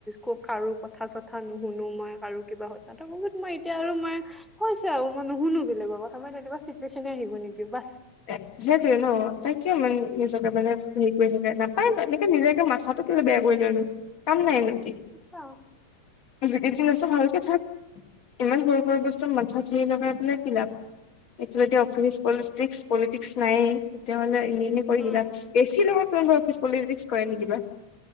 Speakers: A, in the centre; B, on the left (about 45°).
A: ক কাৰো কথা চথা নুশুনো মই কাৰো কিবা হয় তাতো বহুত। মই এতিয়া আৰু মই হৈছে আৰু মই নুশুনো বেলেগৰ কথা মই তেনেকুৱা চিটুৱেচনে আহিব নিদিওঁ বচ।
B: এ, সেইটোৱে ন তাই কিয় মানে নিজকে মানে হেৰী কৰি থাকে নাপায় এনেকে নিজকে মাথাটো কেলে বেয়া কৰি লৈ নো, কাম নাই নেকি।
A: আচ্ছা
B: যিকেইদিন আছো ভালকে থাক ইমান সৰু সৰু বস্তু মাথা চিৰি লগাই বোলে কি লাভ আছে। এইটো যেতিয়া অফিচ পলিটক্স পলিটিক্স নায়েই তেতিয়াহলে এনেই এনেই কৰি
A: উম
B: কিবা এ চি লগত তোক অফিচ পলিটিক্স কৰে নে কিবা।